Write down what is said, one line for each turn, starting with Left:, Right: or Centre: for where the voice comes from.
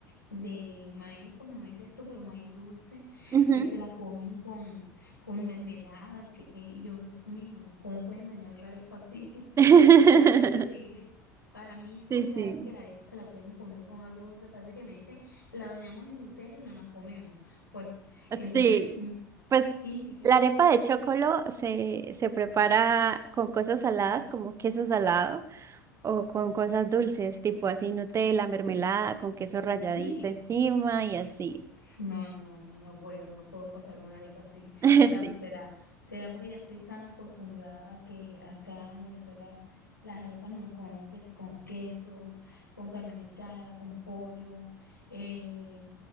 Left: de maíz, como dices esto, pero maíz dulce,
Right: ujú.
Left: que se la comen con, con mermelada, que, y yo, Dios mío, ¿cómo pueden dañar la arepa así? <laughs>
Right: <laughs>
Left: O sea, fue algo increíble. Para mí escuchar
Right: Sí, sí.
Left: que la arepa se la pueden comer con algo dulce, casi que me dicen la bañamos en Nutella y no nos comemos. Pues, entonces,
Right: Sí,
Left: mm,
Right: pues
Left: sí, me, que-
Right: la arepa de chocolo
Left: me-
Right: se, se prepara con cosas saladas como queso salado o con cosas dulces, tipo así Nutella, mermelada, con queso ralladito
Left: sí.
Right: encima y así.
Left: Uf, no, no, no, no, no puedo, no puedo pasar una arepa así.
Right: <laughs>
Left: O sea,
Right: Sí.
Left: pues será, será porque ya estoy tan acostumbrada a que acá en Venezuela las arepas no las comemos que sí con queso, con carne mechada, con pollo, eh,